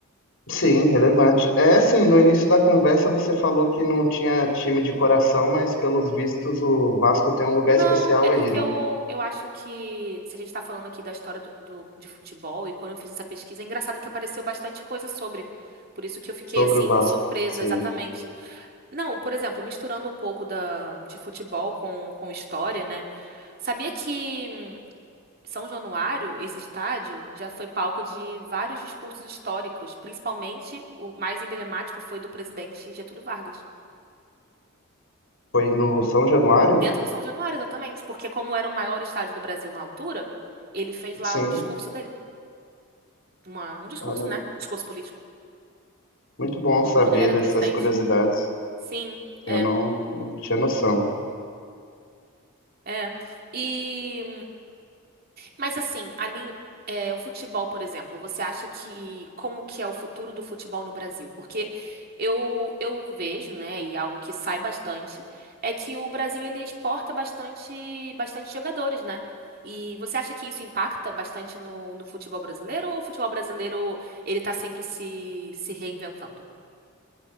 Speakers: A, on the left; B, on the right.
A: Sim, relevante. É assim, no início da conversa você falou que não tinha time de coração, mas pelos vistos o Vasco tem um lugar
B: Não,
A: especial
B: é
A: aí,
B: porque
A: né?
B: eu, eu acho que se a gente tá falando aqui da história do, do- de futebol, e quando eu fiz essa pesquisa, é engraçado que apareceu bastante coisa sobre. Por isso que eu fiquei
A: Sobre
B: assim,
A: o Vasco.
B: surpresa,
A: Sim.
B: exatamente. Não, por exemplo, misturando um pouco da, de futebol com, com história, né? Sabia que São Januário, esse estádio, já foi palco de vários discursos históricos, principalmente o mais emblemático foi do presidente Getúlio Vargas.
A: Foi no São Januário?
B: Dentro do São Januário, exatamente, porque como era o maior estádio do Brasil na altura, ele fez lá
A: Sim.
B: o discurso dele. Uma- um discurso,
A: Olha,
B: né? Discurso político,
A: muito bom saber
B: quando ele era
A: dessas
B: presidente.
A: curiosidades.
B: Sim, é,
A: Eu não, não tinha noção.
B: é. E Mas assim, ali, é, o futebol, por exemplo, você acha que como que é o futuro do futebol no Brasil? Porque eu, eu vejo, né, e é algo que sai bastante, é que o Brasil ele exporta bastante, bastante jogadores, né? E você acha que isso impacta bastante no, no futebol brasileiro ou o futebol brasileiro ele tá sempre se, se reinventando?